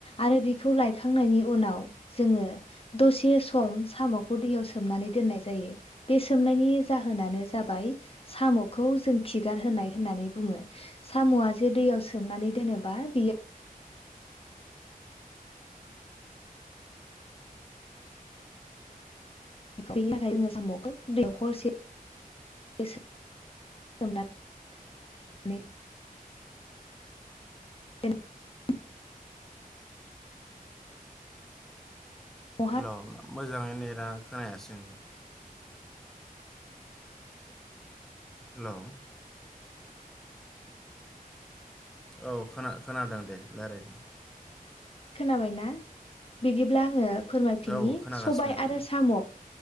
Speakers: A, on the left; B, in the centre.
A: आरो बे खौ लायखांनायनि उनाव जोङो दसे सम साम'खौ दैयाव सोमनानै दोननाय जायो बे सोमनायनि जाहोनानो जाबाय साम'खौ जों खिगार होनाय होननानै बुङो साम'आ जे दैयाव सोमनानै दोनोबा बियो बेनि थाखायनो जोङो साम'खौ दैयाव हरसे सो <unintelligible> नै <unintelligible> दैयाव
B: हेल' मोजाङै नेदा खोनायासै हेल' औ खोना खोनादों दे लायराय
A: खोनाबायना बिदिब्ला आङो फोरमायफिननि
B: औ खोनागासिनो
A: सबाय आरो साम'